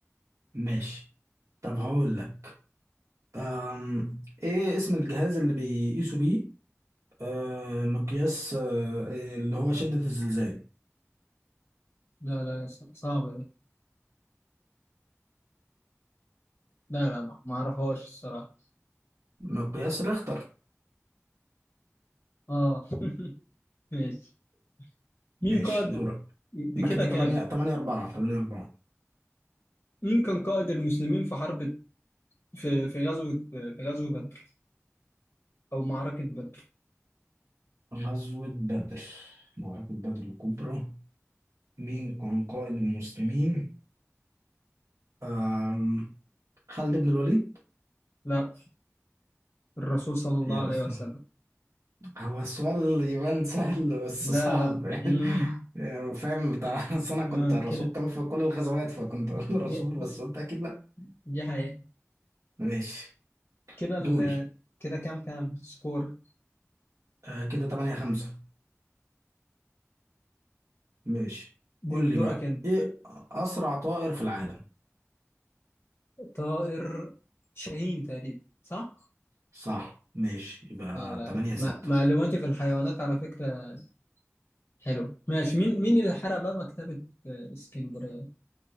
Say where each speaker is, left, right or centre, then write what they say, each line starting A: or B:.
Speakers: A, on the right; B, on the left.
A: ماشي طب هقول لك أم... إيه اسم الجهاز اللي بيقيسوا بيه أه... مقياس أه... اللي هو شدة الزلزال
B: لا لا ص- صعبة دي لا لا ما ما أعرفهاش الصراحة
A: مقياس ريختر
B: أه ماشي مين
A: ماشي
B: قائد
A: دورك
B: دي
A: يبقى
B: كده
A: كده
B: كام
A: تمانية تمانية أربعة تمانية أربعة
B: مين كان قائد المسلمين في حرب في في غزوة في غزوة بدر أو معركة بدر
A: غزوة بدر معركة بدر الكبرى مين كان قائد المسلمين؟ أم خالد بن الوليد؟
B: لا الرسول صلى الله
A: هي
B: عليه
A: أصلا
B: وسلم
A: هو السؤال يبان سهل بس
B: لا
A: صعب
B: لا
A: يعني
B: مم.
A: يعني فاهم بتاع أصل أنا كنت
B: آه
A: الرسول كان في كل الغزوات فكنت أقول
B: كده
A: <laughs> الرسول بس قلت أكيد لأ
B: دي حقيقة
A: ماشي
B: كده ال...
A: دوري
B: كده كام كام سكور
A: آه كده تمانية خمسة ماشي
B: دي
A: قول لي
B: دورك
A: بقى
B: انت
A: إيه أسرع طائر في العالم؟
B: طائر شاهين تقريبا صح؟
A: صح ماشي يبقى
B: اه لا
A: تمانية ستة
B: ما... معلوماتي في الحيوانات على فكرة حلوة ماشي مين مين اللي حرق بقى مكتبة آه، اسكندرية؟